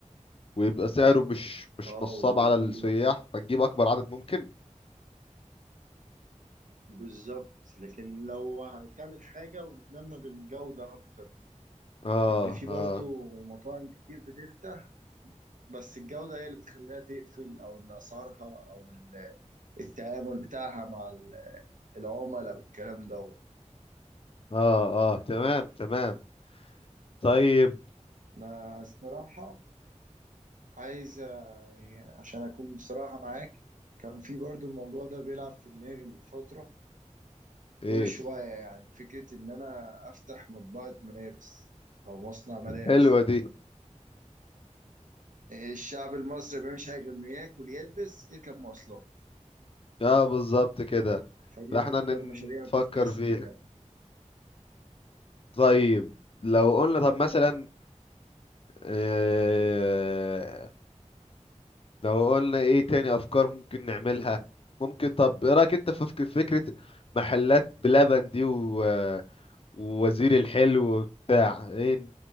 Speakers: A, on the left; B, on the right.
A: ويبقى سعره مش مش
B: اه
A: نصاب
B: وبيكون
A: على السياح فنجيب اكبر عدد ممكن
B: بالظبط لكن لو هتعمل حاجة وتهتم بالجودة أكتر
A: اه
B: لأن في برضو
A: اه
B: مطاعم كتير بتفتح بس الجودة هي اللي بتخليها تقفل أو إن أسعارها أو ال- التعامل بتاعها مع ال- العملاء والكلام ده
A: اه اه تمام تمام طيب
B: أنا الصراحة عايز يعني عشان أكون بصراحة معاك كان في برضو الموضوع ده بيلعب في دماغي من فترة
A: ايه
B: كل شوية يعني فكرة إن أنا أفتح مطبعة ملابس أو مصنع ملابس
A: حلوة دي
B: الشعب المصري ما بيعملش حاجه غير انه ياكل يلبس يركب مواصلات
A: اه بالظبط كده
B: فدي
A: فاحنا
B: اكتر
A: ن-
B: مشاريع
A: نفكر
B: بتكسب
A: فيها
B: يعني
A: طيب لو قلنا طب مثلا آه لو قلنا ايه تاني افكار ممكن نعملها ممكن طب ايه رايك انت في فك- فكرة محلات بلبن دي و ووزير الحلو وبتاع ايه